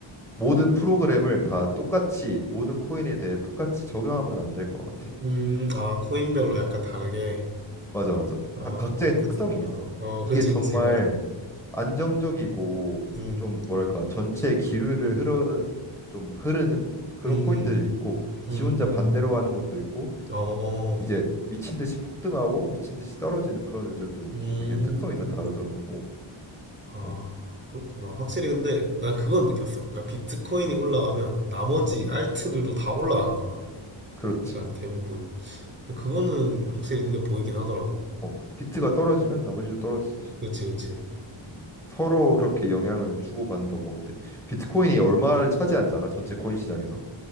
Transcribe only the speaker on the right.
음, 아, 코인별로
약간 다르게.
아,
그럴
수 있겠다.
어,
그치,
그치, 맞아.
음, 음,
음, 음.
음,
어, 어.
음.
아,
그렇구나. 확실히 근데 난 그건 느꼈어. 그러니까 비트코인이 올라가면 나머지
알트들도 다 올라가는 거야.
약간 대부분.
그거는 확실히 눈에 보이긴 하더라고.
그치, 그치.